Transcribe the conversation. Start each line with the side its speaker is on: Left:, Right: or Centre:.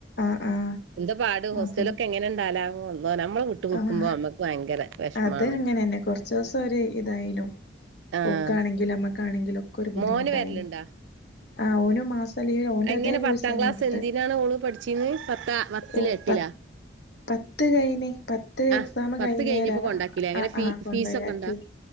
Left: ആഹ് ആഹ്
Right: എന്താ പാട് ഹോസ്റ്റലൊക്കെ
Left: അപ്പൊ
Right: എങ്ങനെ ഉണ്ടാലാവോ അള്ളോ നമ്മള് വിട്ട് നിക്കുമ്പോ
Left: ആഹ്
Right: നമ്മക്ക് ഭയങ്കര വിഷമാണ്
Left: അത് അങ്ങനന്നെ കൊ റച്ച് ദിവസം ഒരു ഇതായിനു
Right: ആഹ്
Left: ഓക്ക് ആണെങ്കിലും നമ്മക്കാണെങ്കിലും ഒക്കെ ഒരു ബുദ്ധിമുട്ടായിനു
Right: മോന് വരലുണ്ടാ
Left: ആ ഓന് മാസം അല്ലേലും ഓന്റെ
Right: എങ്ങനെ
Left: അതേ കോഴ്സ്
Right: പത്താം
Left: തന്നേ
Right: ക്ലാസ്
Left: എടുത്തേ
Right: എന്തിനാണ് ഓള് പഠിച്ചീന്ന് പത്താ പത്തില്
Left: ഓ
Right: എട്ടിലാ
Left: പത്ത് പത്ത് കഴിഞ്ഞ് പത്ത്
Right: ആഹ്
Left: എക്സാം
Right: പത്ത്
Left: കഴിയനേരാണ്
Right: കഴിഞ്ഞപ്പോ കൊണ്ടാക്കില്ലേ എങ്ങനെ
Left: ആ
Right: ഫീ
Left: ആ കൊണ്ടെയാക്കിയത്
Right: ഫീസൊക്കെ ഉണ്ടാ